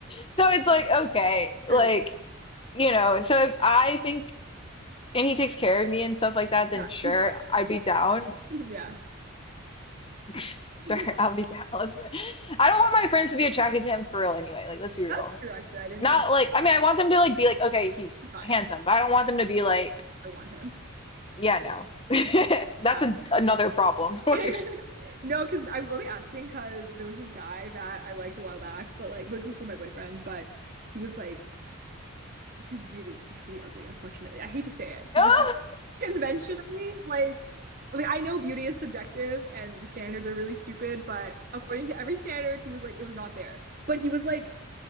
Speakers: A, on the left; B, on the right.
A: So it's like,
B: Um,
A: okay, like,
B: true.
A: you know, so if I think and he takes care of me and stuff like that, then
B: Yeah,
A: sure,
B: he's great.
A: I'd be down.
B: <laughs> Yeah.
A: <laughs>
B: <laughs>
A: Sure, I'll be down. <laughs> Let's do it. I don't want my friends to be attracted to him for real anyway. Like, let's be real.
B: That's true actually. I didn't
A: Not
B: I didn't
A: like, I mean, I want them to like be like, okay, he's
B: fine.
A: handsome, but I don't want them to be like,
B: I want him.
A: yeah, no. <laughs> That's
B: Yeah.
A: a, another problem. <laughs> Like,
B: <laughs> No, because I'm only asking because there was this guy that I liked a while back, but like, like before my boyfriend, but he was like he was really he was really ugly, unfortunately. I hate to say it. He
A: <laughs> ah!
B: was like conventionally like like I know beauty is subjective and the standards are really stupid, but according to every standard, he was like it was not there. But he was like